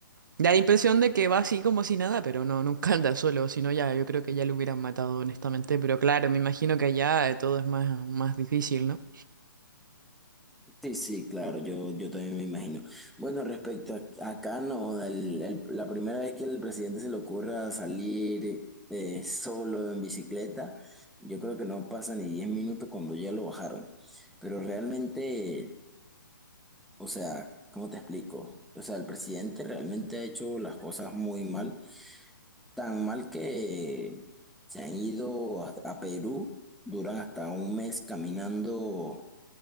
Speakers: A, on the right (about 65°); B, in the centre.
A: da la impresión de que va así como si nada, pero no, nunca anda solo, si no ya yo creo que ya lo hubieran matado honestamente, pero claro, me imagino que allá eh, todo es más, más difícil, ¿no?
B: Sí, sí, claro, yo, yo también me imagino. Bueno, respecto a, acá, no, el- el- la primera vez que el presidente se le ocurra salir eh, solo en bicicleta, yo creo que no pasa ni 10 minutos cuando ya lo bajaron. Pero realmente, o sea, ¿cómo te explico? O sea, el presidente realmente ha hecho las cosas muy mal, tan mal que se han ido a, a Perú, duran hasta un mes caminando